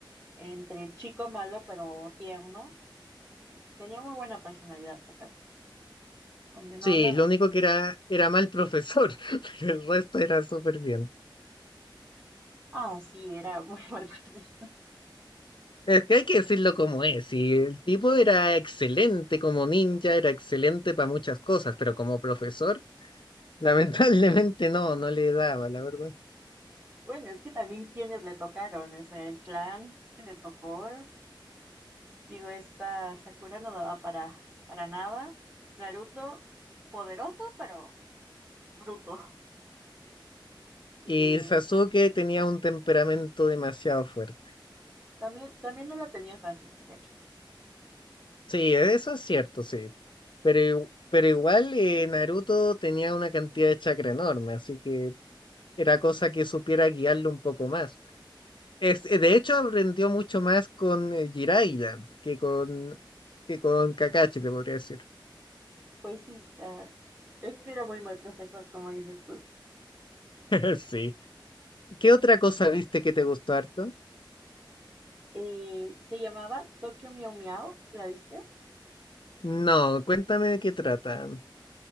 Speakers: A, on the right (about 30°); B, on the left (about 70°).
A: entre chico malo pero tierno. Tenía muy buena personalidad Kakashi, aunque no
B: Sí,
A: hablaba.
B: lo único que era era mal profesor, <laughs> pero el resto era súper bien.
A: Ah, sí, era muy <laughs> mal profe.
B: Es que hay que decirlo como es, y el tipo era excelente como ninja, era excelente para muchas cosas, pero como profesor, <laughs> lamentablemente no, no le daba, la verdad.
A: Bueno, es que también quienes le tocaron, o sea, el clan que le tocó, digo, esta Sakura no daba para, para nada. Naruto, poderoso, pero bruto. <laughs> Y
B: Y Sasuke tenía un temperamento demasiado fuerte.
A: también, también no la tenía fácil, Kakashi.
B: Sí, eso es cierto, sí. Pero, igu- pero igual eh, Naruto tenía una cantidad de chakra enorme, así que era cosa que supiera guiarlo un poco más. Es, eh, de hecho, aprendió mucho más con eh, Jiraiya que con, que con Kakashi, te podría decir.
A: Pues sí, ah, es que era muy mal profesor, como dices tú.
B: <laughs> Sí. ¿Qué otra cosa viste que te gustó harto?
A: Eh, se llamaba Tokyo Miau Miau, ¿la viste?
B: No, cuéntame de qué trata.